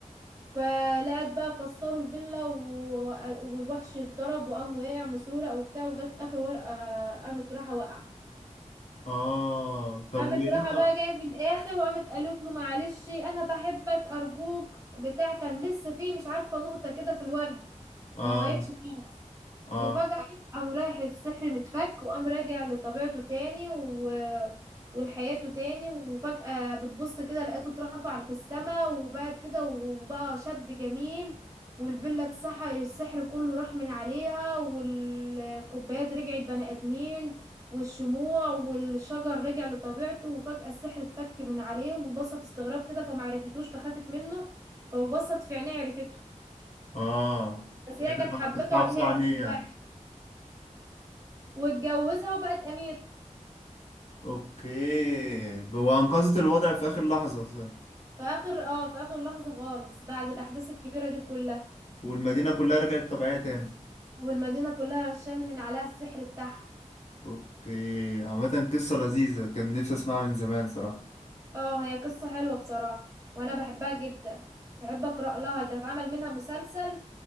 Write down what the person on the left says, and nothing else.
اه طب
وايه
الأخ-
اه
اه
اه
هي كانت
كانت حافظة
عليه
يعني
اوكي وانقذت الوضع في اخر لحظة صح؟
والمدينة كلها رجعت طبيعية تاني
اوكي عامة قصة لذيذة كان نفسي اسمعها من زمان صراحة